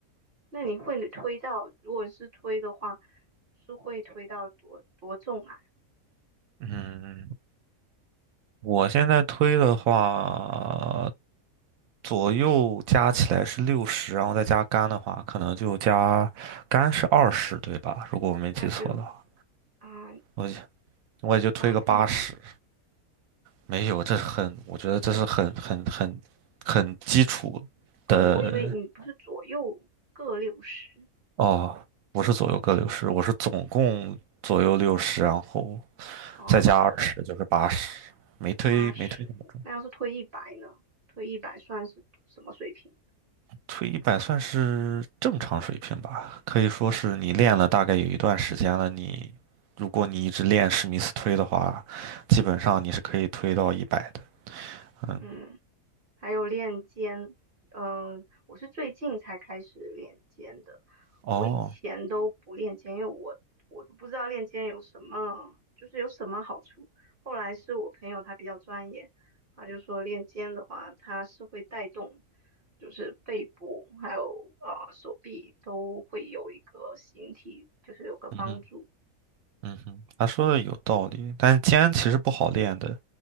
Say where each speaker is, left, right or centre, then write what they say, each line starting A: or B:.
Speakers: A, on the right; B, on the right.
A: 那你会推到，如果是推的话，是会推到多多重啊？
B: 嗯，我现在推的话，左右加起来是六十，然后再加杆的话，可能就加杆是二十，对吧？如果我没记错的话。
A: 那就啊，
B: 我我也就推个八十，
A: 哇，这么重
B: 没有，这很，我觉得这是很很很很基础的
A: 哦，你我以为你不是左右各六十，
B: 哦，不是左右各六十，我是总共左右六十，然后
A: 哦哦，
B: 再加二十就是八十，没推没推那么重，
A: 八十，八十那要是推一百呢？推一百算是什么水平？
B: 推一百算是正常水平吧，可以说是你练了大概有一段时间了，你如果你一直练史密斯推的话，基本上你是可以推到一百的，嗯，
A: 嗯。还有练肩，嗯、我是最近才开始练肩的，
B: 哦，
A: 我以前都不练肩，因为我我都不知道练肩有什么，就是有什么好处。后来是我朋友他比较专业，他就说练肩的话，它是会带动，就是背部还有啊、呃手臂都会有一个形体，就是有个帮助。
B: 嗯哼。嗯哼，他说的有道理，但是肩其实不好练的，